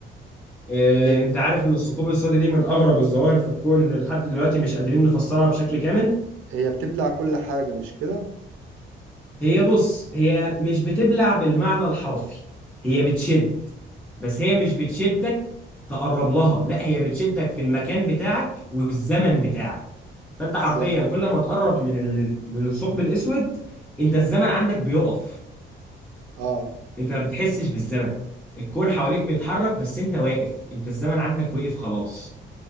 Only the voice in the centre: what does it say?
آه،
انت عارف ان الثقوب السوداء دي من اغرب الظواهر في الكون اللي لحد دلوقتي مش قادرين نفسرها بشكل كامل
هي بص هي مش بتبلع بالمعنى الحرفي هي بتشد بس هي مش بتشدك تقرب لها لا هي بتشدك في المكان بتاعك والزمن بتاعك فانت حرفيا
كل ما تقرب من ال... من الثقب الاسود انت الزمن عندك بيقف
انت ما بتحسش بالزمن الكون حواليك بيتحرك بس انت واقف انت الزمن عندك وقف خلاص